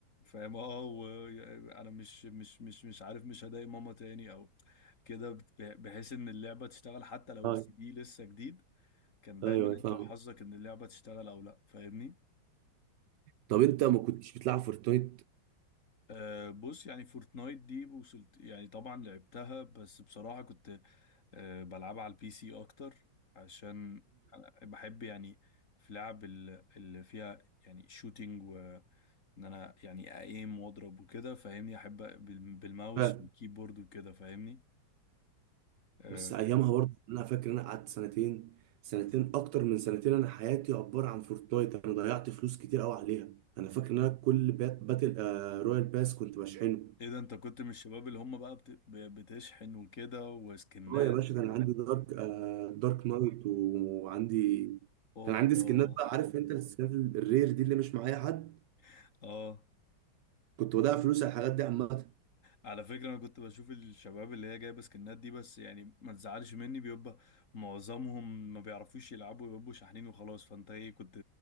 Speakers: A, on the left; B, on the right.
A: فاهم اه وانا مش مش مش مش عارف مش هضايق ماما تاني او كده بت- بحيث ان اللعبة تشتغل حتى لو
B: ايوه
A: السي دي لسه جديد كان دايما
B: ايوه فاهم
A: انت وحظك ان اللعبة تشتغل او لا فاهمني
B: طب انت ما كنتش بتلعب فورتنايت
A: أه بص يعني فورتنايت دي وصلت يعني طبعا لعبتها بس بصراحة كنت أه بلعبها على البي سي أكتر عشان أنا بحب يعني في لعب ال- اللي فيها يعني شوتينج وإن أنا يعني أقيم وأضرب وكده فاهمني أحب بال- بالماوس
B: امم
A: والكيبورد وكده فاهمني أه
B: بس ايامها برضه انا فاكر إن انا قعدت سنتين سنتين اكتر من سنتين انا حياتي عباره عن فورتنايت انا ضيعت فلوس كتير قوي عليها انا فاكر ان انا كل بات باتل آه رويال باس كنت بشحنه
A: إيه ده أنت كنت من الشباب اللي هم بقى بت- ب- بتشحن وكده وسكنات
B: اه يا باشا كان
A: و
B: عندي دارك آه دارك نايت وعندي
A: أوبا
B: كان عندي سكنات بقى عارف انت السكنات ال- الرير دي اللي مش معايا حد
A: <laughs> آه
B: كنت بضيع فلوس على الحاجات دي عامه
A: على فكرة أنا كنت بشوف الشباب اللي هي جايبة سكنات دي بس يعني ما تزعلش مني بيبقى معظمهم ما بيعرفوش يلعبوا بيبقوا شاحنين وخلاص فأنت إيه كنت